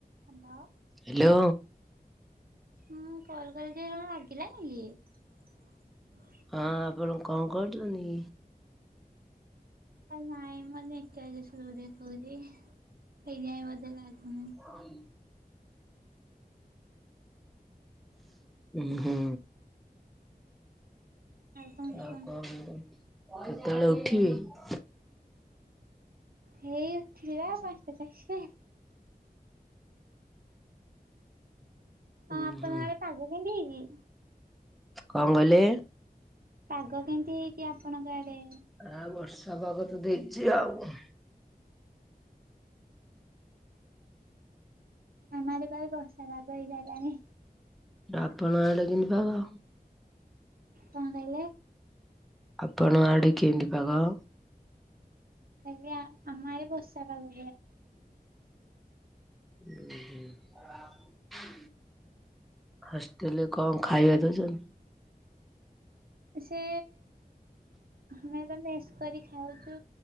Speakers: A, on the right; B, in the centre.
A: ହାଲୋ।
B: ହାଲୋ।
A: ହଁ କଲ କଲି ଯେ କଣ ଲାଗିଲା ନି କି?
B: ହଁ ଆପଣ କଣ କରୁଛନ୍ତି?
A: ନାଇଁ ମାନେ ଏକଧ <inaudible> କହୁଛି ହେଇଯାଇ ବୋଧେ ଲାଗୁନି।
B: <inaudible> ଉଁ ହୁଁ।
A: କଣ
B: ଆଉ
A: କୁହ
B: କଣ କେତେବେଳେ ଉଠିବେ?
A: ହେଇ ଉଠିବା <unintelligible> ହଁ
B: ଉଁ
A: ଆପଣଙ୍କ
B: ହୁଁ
A: ଆଡେ ପାଗ କେମିତି ହେଇଛି?
B: କଣ କହିଲେ?
A: ପାଗ କେମିତି ହେଇଛି ଆପଣଙ୍କ ଆଡେ?
B: ଆଉ ବର୍ଷା ପାଗ ତ ଦେଇଛି ଆଉ।
A: ଆମ ଆଡେ କାଳେ ବର୍ଷା ପାଗ ହେଇ ସାରିଲାଣି।
B: ଆପଣଙ୍କ ଆଡେ କେମିତି ପାଗ?
A: କଣ କହିଲେ?
B: ଆପଣଙ୍କ ଆଡ଼େ କେମିତି ପାଗ?
A: ଆଜ୍ଞା ଆମ ଆଡେ ବର୍ଷାପାଗ
B: ଉଁ ହୁଁ। ହଷ୍ଟେଲରେ କଣ ଖାଇବା ଦଉଛନ୍ତି?
A: ସେ ଆମେ ତ ମେସ୍ କରି ଖାଉଛୁ,